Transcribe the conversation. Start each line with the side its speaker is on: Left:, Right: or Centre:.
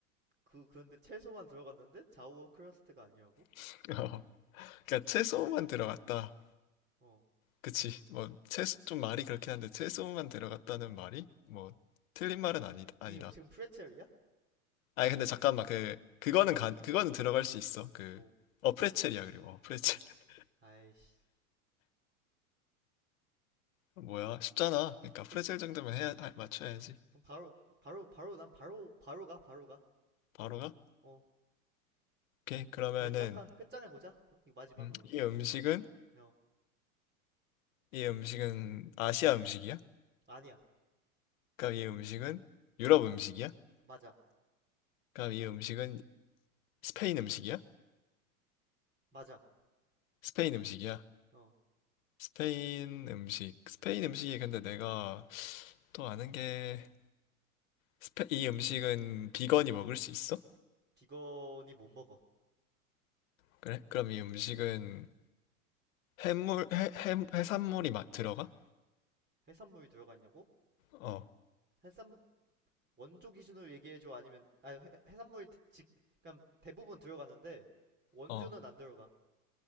Right: 그 그런데 채소만 들어갔는데 좌우 크러스트가 아니라고?
Left: <laughs> 어, 그러니까 채소만 들어갔다.
Right: 어.
Left: 그치. 뭐, 최소, 좀 말이 그렇긴 한데, 최소만 들어갔다는 말이, 뭐, 틀린 말은 아니, 아니다.
Right: 이 음식은 프레첼이야?
Left: 아니, 근데 잠깐만, 그, 그거는
Right: 어.
Left: 간, 그거는 들어갈 수 있어. 그,
Right: 뭐.
Left: 어, 프레첼이야, 그리고. 어, 프레첼.
Right: 어.
Left: <laughs>
Right: 아이씨.
Left: 뭐야, 쉽잖아. 그러니까,
Right: 오케이.
Left: 프레첼 정도면 해야, 아, 맞춰야지.
Right: 그럼 바로 바로 바로 난 바로 바로 가. 바로 가.
Left: 바로 가?
Right: 어.
Left: 오케이. 그러면은,
Right: 결장판 끝장을 보자. 이거 마지막으로.
Left: 음, 이 음식은,
Right: 어.
Left: 이 음식은 아시아
Right: 음.
Left: 음식이야?
Right: 아니야.
Left: 그럼 이 음식은 유럽 음식이야?
Right: 맞아.
Left: 그럼 이 음식은 스페인 음식이야?
Right: 맞아.
Left: 스페인 음식이야?
Right: 어.
Left: 스페인 음식. 스페인 음식이 근데 내가 또 아는 게, 스페, 이 음식은 비건이
Right: 음.
Left: 먹을 수 있어?
Right: 비건이 못 먹어.
Left: 그래? 그럼 이
Right: 음.
Left: 음식은 해물, 해, 해, 해산물이 막 들어가?
Right: 해산물이 들어가 있냐고?
Left: 어,
Right: 해산 원조 기준으로 얘기해 줘 아니면 아니 해, 해산물이 즉그럼니까 대부분 들어가는데 원조는
Left: 어.
Right: 안 들어가.